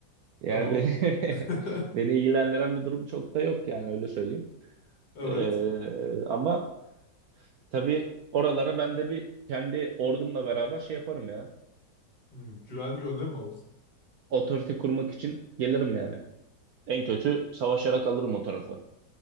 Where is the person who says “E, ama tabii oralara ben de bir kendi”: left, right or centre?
Right